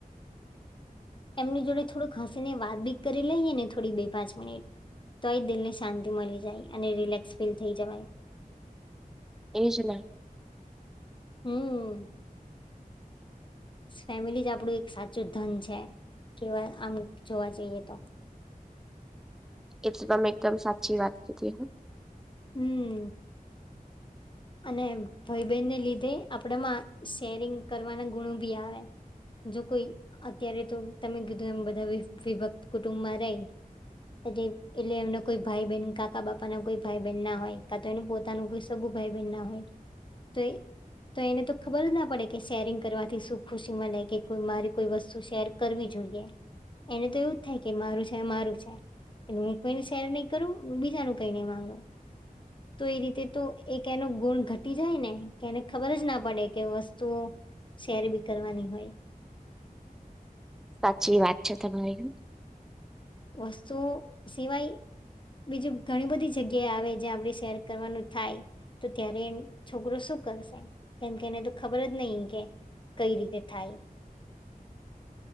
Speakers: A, on the left; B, in the centre.
A: એમની જોડે થોડુંક હસી ને વાત બીત કરી લઈએ ને થોડી બે- પાંચ મિનિટ તોયે દિલ ને શાંતિ મળી જાય અને રિલેક્સ ફીલ થઈ જવાય.
B: એ જ ને.
A: હમમ ફેમિલી જ આપડું એક સાચું ધન છે. કેવા આમ જોવા જઈએ તો
B: એ તો તમે એકદમ સાચી વાત કીધી હા.
A: હમમ. અને ભઈ બહેનને લીધે આપડામાં શેરિંગ કરવાના ગુણો બી આવે. જો કોઈ અત્યારે તો તમે કીધું એમ બધા વિભક્ત કુટુંબમાં રેય એટલે એમના કોઈ ભાઈ - બહેન, કાકા - બાપા ના કોઈ ભાઈ - બહેન ના હોય કા તો એનું પોતાનું કોઈ સગુ ભાઈ બેન ના હોય તો એ તો એને તો ખબર જ ના પડે કે શેરિંગ કરવાથી શું ખુશી મલે કે કોઈ મારી કોઈ વસ્તુ શેર કરવી જોઈએ એને તો એવું જ થાય કે મારું છે, મારું છે. હું કોઈને શેર નહી કરું, બીજાનું કઈ નહી માંગુ. તો એ રીતે તો એક એનો ગુણ ઘટી જાય ને કે એને ખબર જ ના પડે કે વસ્તુઓ શેર બી કરવાની હોય.
B: સાચી વાત છે તમારી.
A: વસ્તુ સિવાય બીજી ઘણી બધી જગ્યાએ આવે જ્યાં આપણે શેર કરવાનું થાય. તો ત્યારે છોકરો શું કરશે કેમકે એને તો ખબર જ નહી કે કઈ રીતે થાય?